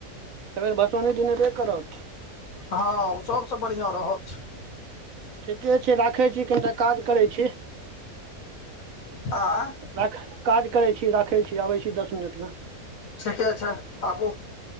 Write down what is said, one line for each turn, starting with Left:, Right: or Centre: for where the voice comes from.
Right: एहिबेर बसौने दिन एबे करत
Left: हँ ओ सबसँ बढ़ियाँ रहत
Right: ठीके छै राखै छी कनिटा काज करै छी
Left: आँय
Right: राखै काज करै छी राखै छी आबै छी दस मिनट मे
Left: ठीके छै आबू